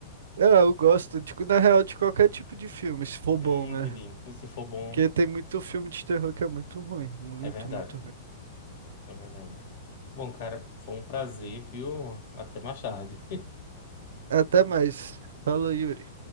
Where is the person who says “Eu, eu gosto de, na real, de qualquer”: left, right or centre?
Right